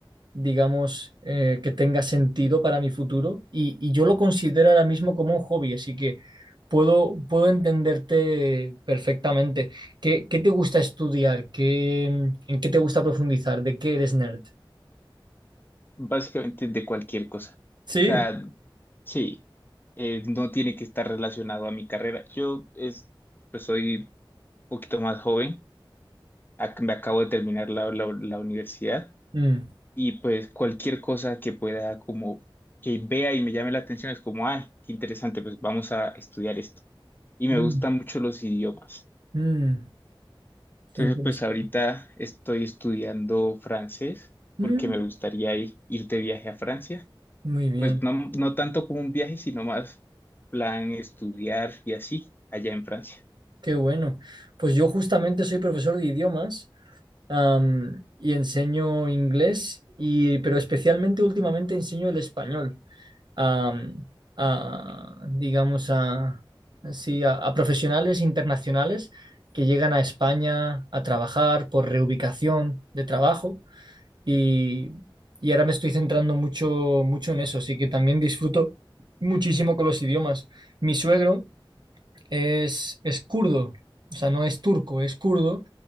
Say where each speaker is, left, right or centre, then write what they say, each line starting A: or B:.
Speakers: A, on the right; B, on the left.
A: digamos, eh, que tenga sentido para mi futuro y, y yo lo considero ahora mismo como un hobby, así que puedo, puedo entenderte perfectamente. ¿Qué, qué te gusta estudiar? ¿Qué, mm, en qué te gusta profundizar? ¿De qué eres nerd?
B: Básicamente de cualquier cosa.
A: Sí,
B: O sea, sí, eh, no tiene que estar relacionado a mi carrera. Yo es, pues soy poquito más joven. Ac- Me acabo de terminar la, la- la universidad
A: Mm,
B: y pues cualquier cosa que pueda como que vea y me llame la atención es como, ah, qué interesante, pues vamos a estudiar esto. Y me
A: mm,
B: gustan mucho los idiomas.
A: mm, qué
B: Entonces,
A: interesante.
B: pues ahorita estoy estudiando francés porque
A: Mm,
B: me gustaría ir, ir de viaje a Francia.
A: muy bien,
B: Pues no, no tanto como un viaje, sino más plan estudiar y así allá en Francia.
A: qué bueno. Pues yo justamente soy profesor de idiomas, am, y enseño inglés, y, pero especialmente últimamente enseño el español. a, a, digamos, a, sí, a, a profesionales internacionales que llegan a España a trabajar por reubicación de trabajo y, y ahora me estoy centrando mucho, mucho en eso, así que también disfruto muchísimo con los idiomas. Mi suegro es, es kurdo, o sea, no es turco, es kurdo.